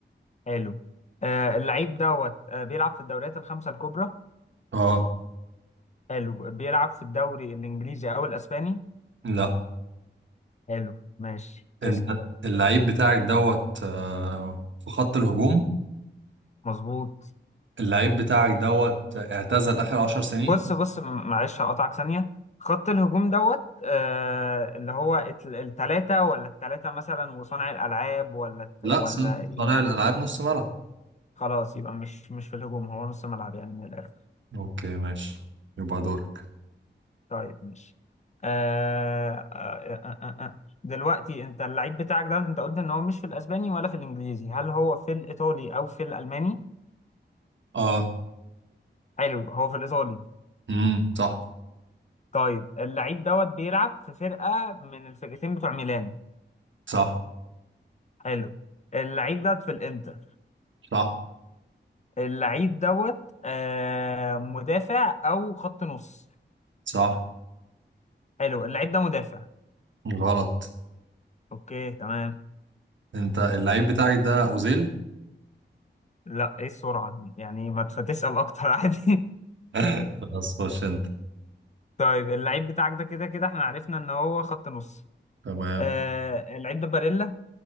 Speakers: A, on the left; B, on the right.
A: حلو آه اللعيب دوت آه بيلعب في الدوريات الخمسة الكبرى
B: اه
A: حلو بيلعب في الدوري الإنجليزي أو الأسباني
B: لا
A: حلو ماشي
B: انت
A: اسأل
B: اللعيب بتاعك دوت آه، في خط الهجوم
A: مظبوط
B: اللعيب بتاعك دوت اعتزل آخر عشر سنين
A: بص بص م- معلش هقطعك ثانية خط الهجوم دوت آه اللي هو الت- التلاتة ولا التلاتة مثلا وصانع الألعاب ولا الت-
B: لا
A: ولا
B: صن-
A: يعني
B: صانع الألعاب نص ملعب
A: خلاص يبقى مش مش في الهجوم هو نص ملعب يعني من الآخر
B: اوكي ماشي يبقى دورك
A: طيب ماشي آه آه آه آه. آه، آه. دلوقتي انت اللعيب بتاعك ده انت قلت ان هو مش في الاسباني ولا في الانجليزي هل هو في الايطالي او في الالماني
B: اه
A: حلو هو في الايطالي
B: امم صح
A: طيب اللعيب دوت بيلعب في فرقة من الفرقتين بتوع ميلان
B: صح
A: حلو اللعيب ده في الانتر
B: صح
A: اللعيب دوت آه مدافع او خط نص
B: صح
A: حلو اللعيب ده مدافع
B: غلط
A: اوكي تمام
B: انت اللعيب بتاعك ده اوزيل
A: لا ايه السرعة دي يعني ما تف- تسأل اكتر عادي
B: <laughs> خلاص خش انت
A: طيب اللعيب بتاعك ده كده كده احنا عرفنا ان هو خط نص
B: تمام
A: آه اللعيب ده باريلا